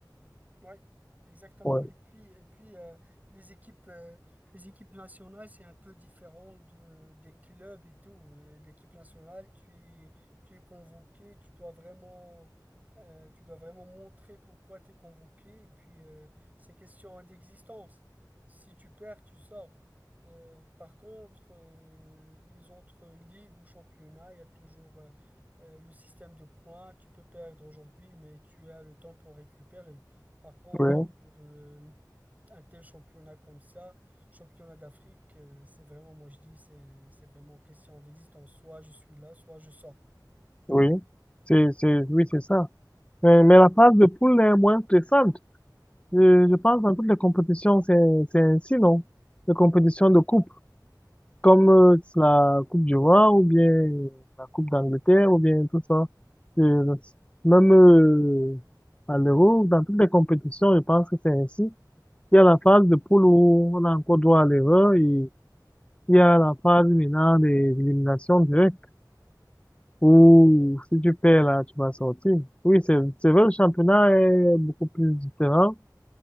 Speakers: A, on the right; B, on the left.
A: Oui, exactement.
B: Ouais,
A: Et puis, et puis euh, les équipes, euh, les équipes nationales, c'est un peu différent de, des clubs et tout. Et L'équipe nationale, tu es, tu es convoqué, tu dois vraiment, euh, tu dois vraiment montrer pourquoi tu es convoqué. Et puis, euh, c'est question d'existence. Si tu perds, tu sors. Euh, par contre, euh, les autres ligues ou championnats, il y a toujours euh, euh, le système de points. Tu peux perdre aujourd'hui, mais tu as le temps pour récupérer. Par contre,
B: oui,
A: pour euh, une- un tel championnat comme ça, championnat d'Afrique, euh, c'est vraiment, moi je dis, c'est c'est vraiment question d'existence. Soit je suis là, soit je sors.
B: oui. C'est, c'est, oui, c'est ça. Mais, mais la phase de poule est moins stressante. Je, je pense dans toutes les compétitions, c'est, c'est ainsi, non? Les compétitions de coupe. comme euh, la Coupe du Roi ou bien la Coupe d'Angleterre ou bien tout ça. Euh, même euh, à l'Euro, dans toutes les compétitions, je pense que c'est ainsi. Il y a la phase de poule où on a encore droit à l'erreur et il y a la phase maintenant des éliminations directes où si tu perds là, tu vas sortir. Oui, c'est c'est vrai, le championnat est beaucoup plus différent.